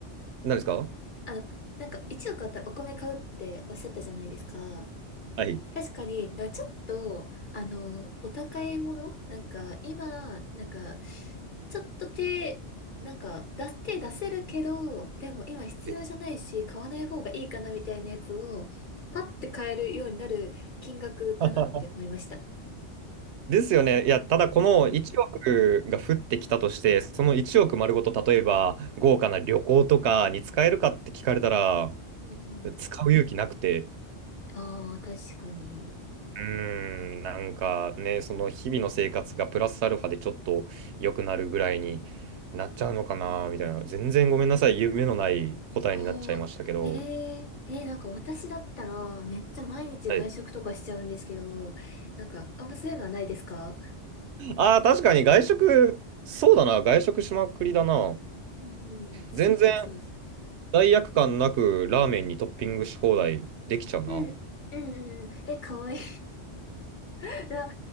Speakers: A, on the right; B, on the left.
A: 何ですか
B: あの、なんか1億あったらお米買うっておっしゃったじゃないですか。
A: はい。
B: 確かに、だからちょっと、あの、お高いものなんか、今、なんか、ちょっと手、なんか、出す、手出せるけど、でも今必要じゃないし、
A: で
B: 買わない方がいいかなみたいなやつを、パッて買えるようになる金額だなって思いました。
A: <laughs> ですよね。いや、ただこの1億が降ってきたとして、
B: うんうん。
A: その1億丸ごと、例えば豪華な旅行とかに使えるかって聞かれたら、
B: うんうん。
A: 使う勇気なくて、
B: ああ、確かに。
A: うーん、なんかね、その日々の生活がプラスアルファでちょっと良くなるぐらいになっちゃうのかな、みたいな。全然ごめんなさい、夢のない答えになっちゃいましたけど。
B: ああ、えええーなんか私だったら、めっちゃ毎日外食とかしちゃうんですけど、
A: はい、
B: なんか、あんまそういうのはないですか
A: ああ、確かに外食、そうだな、外食しまくりだな。
B: うん。そうそうそう。
A: 全然罪悪感なくラーメンにトッピングし放題できちゃうな。
B: うん、うん、うんうん。え、かわいい。<laughs> ラ